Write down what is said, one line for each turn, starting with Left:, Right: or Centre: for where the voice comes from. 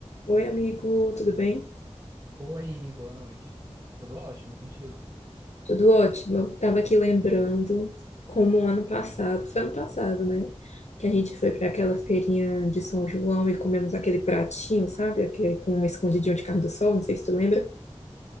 Left: Oi, amigo, tudo bem?
Right: Oi, boa noite. Tudo ótimo e contigo?
Left: Tudo ótimo. Tava aqui lembrando como ano passado, foi ano passado, né? Que a gente foi para aquela feirinha de São João e comemos aquele pratinho, sabe? Aquele com um escondidinho de carne do sol, não sei se tu lembra.